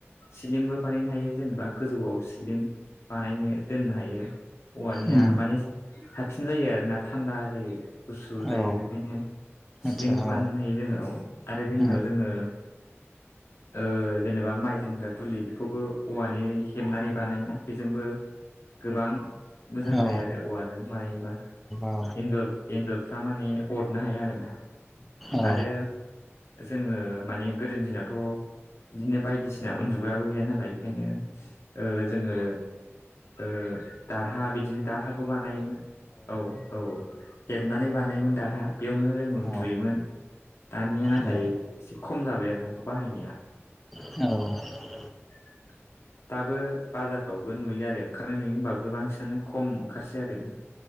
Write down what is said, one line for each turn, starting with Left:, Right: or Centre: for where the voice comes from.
Left: सिलिंबो बानायनो हायो जेनेबा गोजौआव सिलिं बानायनो दोननो हायो औवानिया
Centre: उम
Left: माने साबसिन जायो आरोना थान्दा जायो गुसु जायो
Centre: औ
Left: बेखायनो सिलिंबो
Centre: आदसा
Left: बानायनो
Centre: औ
Left: हायो जोङोऔ आरो बेनि
Centre: उम
Left: उनाव जोङो <inaudible> ओ जेनेबा माइ दोनग्रा दुलि बेखौबो औवानि हेबनानै बानायना बेजोंबो गोबां मोजां जायो
Centre: औ
Left: आरो औवाजों बानायोबा
Centre: औ
Left: इन्जुर एन्जरफ्रा माने अरनो हाया आरोना
Centre: औ
Left: आरो जोङो माने गोदोनि दिनावथ' बिदिनो बायदिसिना उन्दु माबबो गैया नालाय बेखायनो जोङो ओ दारहा बिदिनो दारहाबो बानायोमोन औ औ हेबनानै बानायोमोन दारहा बेयावनो जों उन्दुयोमोन
Centre: औ
Left: दानिया नाथाय
Centre: औ
Left: एसे खम जाबाय आरो बेखौ बाहायनाया
Centre: औ
Left: <inaudible> दाबो बाजारफ्रावबो नुयो आरो ओंखारनाय नुयो होबाबो बांसिनानो खम ओंखारसै आरो ना।